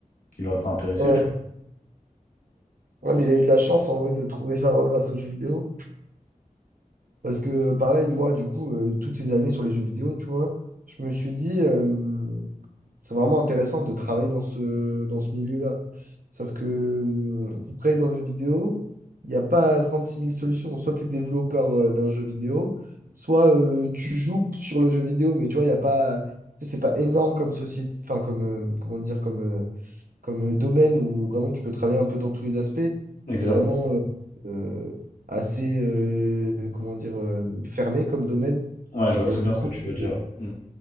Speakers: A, on the left (about 75°); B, on the right (about 80°).
A: qui l'aurait pas intéressé,
B: Ouais.
A: tu
B: Ouais, mais il a eu de la chance en vrai de trouver sa voie grâce aux jeux vidéo. Parce que euh, pareil, moi, du coup, euh, toutes ces années sur les jeux vidéo, tu vois, je me suis dit, euh, c'est vraiment intéressant de travailler dans ce, dans ce milieu-là. Sauf que euh, pour travailler dans le jeu vidéo, il n'y a pas 36 000 solutions. Soit tu es développeur euh, d'un jeu vidéo, soit euh, tu joues sur le jeu vidéo, mais tu vois, il n'y a pas. tu sais, C'est pas énorme comme société, enfin comme euh, comment dire, comme, euh, comme euh, domaine où vraiment tu peux travailler un peu dans tous les aspects.
A: vois.
B: C'est
A: Exact.
B: vraiment euh, euh, assez, euh, comment dire, euh, fermé comme domaine.
A: Ouais, je
B: Bon,
A: vois
B: bah,
A: très
B: du
A: bien
B: coup,
A: ce que tu veux dire.
B: euh,
A: Mm.